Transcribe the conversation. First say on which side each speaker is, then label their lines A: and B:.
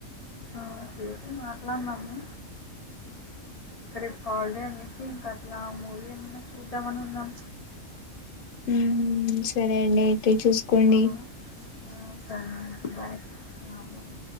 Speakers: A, on the left; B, on the left.
A: ఆ చేసి మాట్లాడినాము రేప్ హాల్ డే అనేసి ఇంకా గా మూవీ ఏమన్నా చూద్దామని ఉన్ గం
B: ఊ సరే అండి చూసుకోండి
A: ఆ ఆ సరే బాయ్ ఆ బాయ్